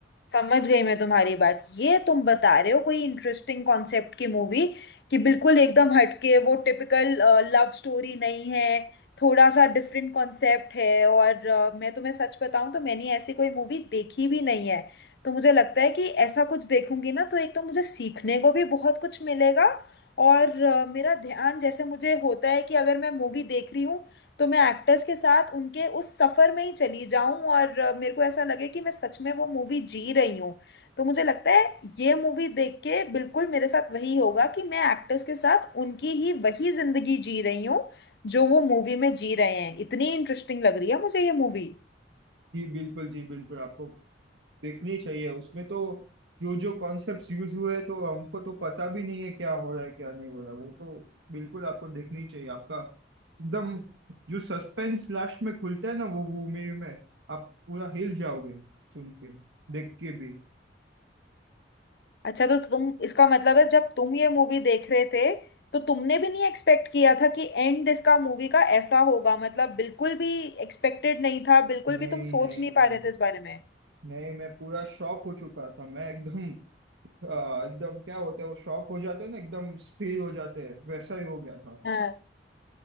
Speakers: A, on the left (about 60°); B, on the right (about 75°).
A: समझ गई मैं तुम्हारी बात ये तुम बता रहे हो कोई इंटरेस्टिंग कॉन्सेप्ट की मूवी कि बिल्कुल एकदम हटके वो टिपिकल लव स्टोरी नहीं है थोड़ा सा डिफरेंट कॉन्सेप्ट है और अ, मैं तुम्हें सच बताऊं तो मैंने ऐसी कोई मूवी देखी भी नहीं है तो मुझे लगता है कि ऐसा कुछ देखूंगी ना तो एक तो मुझे सीखने को भी बहुत कुछ मिलेगा और अ, मेरा ध्यान जैसे मुझे होता है कि अगर मैं मूवी देख रही हूँ तो मैं एक्टर्स के साथ उनके उस सफर में ही चली जाऊं और अ, मेरे को ऐसा लगे कि मैं सच में वो मूवी जी रही हूं तो मुझे लगता है ये मूवी देख के बिल्कुल मेरे साथ वही होगा कि मैं एक्टर्स के साथ उनकी ही वही जिंदगी जी रही हूँ जो वो मूवी में जी रहे हैं इतनी इंटरेस्टिंग लग रही है मुझे ये मूवी
B: जी बिल्कुल जी बिल्कुल आपको देखनी चाहिए उसमें तो जो जो कॉन्सेप्ट्स यूज हुए हैं, तो हमको तो पता भी नहीं है क्या हो रहा है क्या नहीं हो रहा है वो तो बिल्कुल आपको देखनी चाहिए आपका एकदम जो सस्पेंस लास्ट में खुलता है ना वो वो मूवी में आप पूरा हिल जाओगे सुन के देख के भी
A: अच्छा तो तुम इसका मतलब है जब तुम ये मूवी देख रहे थे तो तुमने भी नहीं एक्सपेक्ट किया था कि एंड इसका मूवी का ऐसा होगा मतलब बिल्कुल भी एक्सपेक्टेड नहीं था बिल्कुल
B: नहीं
A: भी तुम सोच
B: नहीं
A: नहीं पा
B: नहीं
A: रहे थे इस बारे में
B: नहीं मैं पूरा शॉक हो चुका था मैं एकदम आ, एकदम क्या होता है वो शॉक हो जाते हैं ना एकदम स्थिर हो जाते हैं वैसा ही हो गया था
A: हाँ।